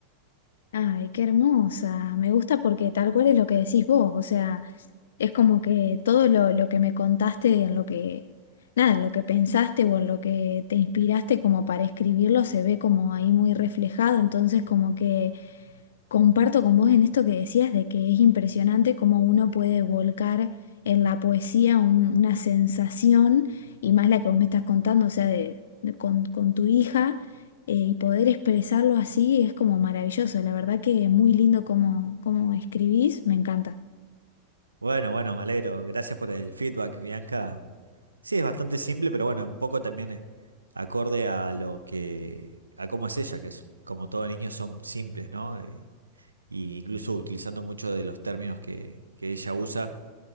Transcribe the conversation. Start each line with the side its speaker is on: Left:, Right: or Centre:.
Left: Ay, qué hermosa. Me gusta porque tal cual es lo que decís vos, o sea... Es como que todo lo, lo que me contaste, en lo que, nada, en lo que pensaste o en lo que te inspiraste como para escribirlo, se ve como ahí muy reflejado. Entonces, como que comparto con vos en esto que decías de que es impresionante cómo uno puede volcar en la poesía un- una sensación, y más la que vos me estás contando, o sea, de, de con, con tu hija, eh, y poder expresarlo así es como maravilloso. La verdad que muy lindo como cómo cómo escribís, me encanta.
Right: Bueno, bueno, me alegro. Gracias por el feedback, Bianca. Sí, es bastante simple, pero bueno, un poco también eh, acorde a lo que, a cómo es ella, que es como todo niño son simples, ¿no? Y- y incluso utilizando mucho de los términos que, que ella usa,